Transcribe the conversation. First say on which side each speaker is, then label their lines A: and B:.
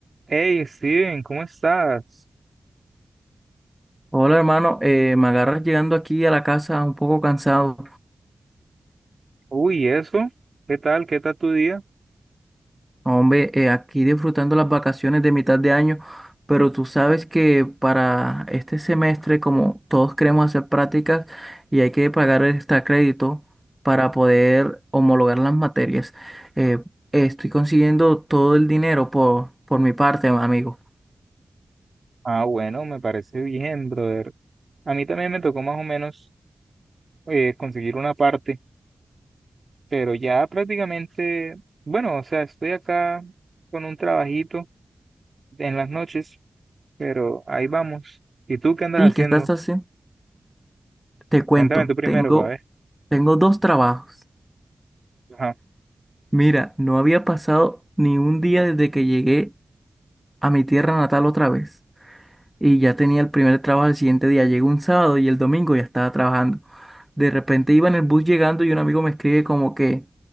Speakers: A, on the right; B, in the centre.
A: Hey Steven, ¿cómo estás?
B: Hola hermano, eh, me agarras llegando aquí a la casa un poco cansado.
A: Uy, ¿eso? ¿Qué tal? ¿Qué tal tu día?
B: Hombre, eh, aquí disfrutando las vacaciones de mitad de año, pero tú sabes que para este semestre, como todos queremos hacer prácticas y hay que pagar el extra crédito para poder homologar las materias, eh, estoy consiguiendo todo el dinero por, por mi parte, amigo.
A: Ah, bueno, me parece bien, brother. A mí también me tocó más o menos eh, conseguir una parte, pero ya prácticamente, bueno, o sea, estoy acá con un trabajito en las noches, pero ahí vamos. ¿Y tú qué andas
B: Sí,
A: haciendo?
B: ¿qué estás haciendo? Te cuento,
A: Cuéntame tú primero,
B: tengo,
A: para ver.
B: tengo dos trabajos.
A: Ajá.
B: Mira, no había pasado ni un día desde que llegué a mi tierra natal otra vez. Y ya tenía el primer trabajo el siguiente día. Llegó un sábado y el domingo ya estaba trabajando. De repente iba en el bus llegando y un amigo me escribe como que,